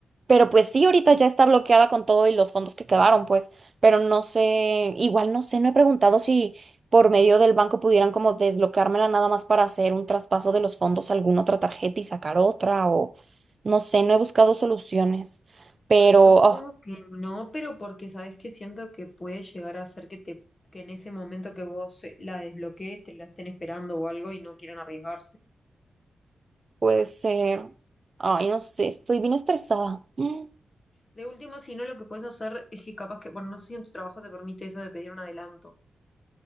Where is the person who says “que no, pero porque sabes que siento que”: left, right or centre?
Left